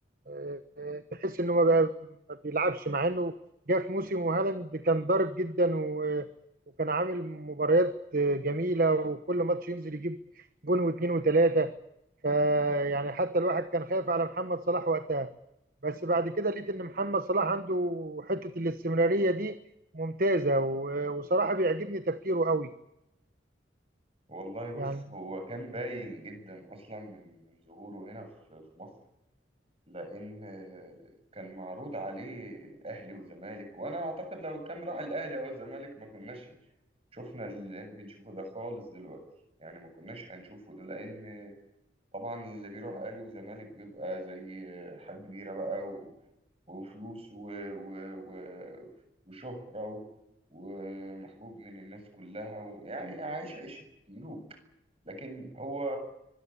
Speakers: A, on the right; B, on the right.
A: آه، آه، تحس انه ما بقى- ما بيلعبش مع انه جه في موسم وهالاند كان ضارب جدا و- وكان عامل مباريات آه، جميله وكل ماتش ينزل يجيب جون واثنين وثلاثه فيعني حتى الواحد كان خايف على محمد صلاح وقتها بس بعد كده لقيت ان محمد صلاح عنده حته الاستمراريه دي ممتازه و- وصراحه بيعجبني تفكيره قوي
B: والله
A: يعني
B: بص هو كان باين جدا اصلا من من ظهوره هنا في في مصر لان آه، كان معروض عليه اهلي وزمالك وانا اعتقد لو كان راح الاهلي او الزمالك ما كناش شفنا اللي بنشوفه ده خالص دلوقتي يعني ما كناش هنشوفه ده لان طبعا اللي بيروح اهلي وزمالك بيبقى زي حاجة كبيرة بقى و... وفلوس و... و... و... وشهرة و... ومحبوب من الناس كلها ويعني عايش عيشة ملوك لكن هو